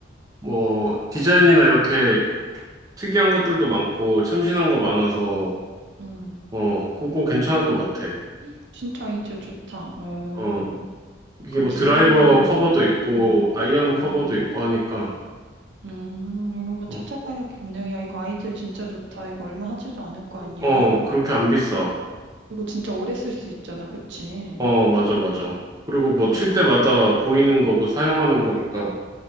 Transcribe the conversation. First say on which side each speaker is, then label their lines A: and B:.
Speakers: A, on the right; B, on the right.
A: 뭐 디자인이나 이렇게 특이한 것들도 많고 참신한 거 많아서
B: 응.
A: 어 그거 괜찮을 것
B: 어,
A: 같아.
B: 진짜 아이디어 좋다. 어.
A: 어 이게
B: 그냥
A: 뭐
B: 귀여운
A: 드라이버
B: 거 이런
A: 커버도
B: 거.
A: 있고
B: 응.
A: 아이언 커버도
B: 응.
A: 있고 하니까
B: 음, 이런 거
A: 어,
B: 찾아봐야겠네요. 야, 이거 아이디어 진짜 좋다. 이거 얼마 하지도 않을 거 아니야.
A: 어 그렇게 안 비싸.
B: 그리고 진짜 오래 쓸 수 있잖아. 그치?
A: 어 맞아 맞아. 그리고 뭐
B: 음,
A: 칠 때마다 보이는 거고 사용하는 거니까